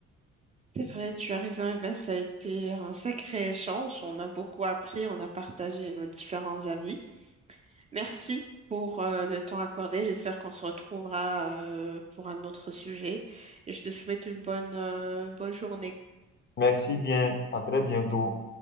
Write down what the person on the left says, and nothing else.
Merci bien, à très bientôt.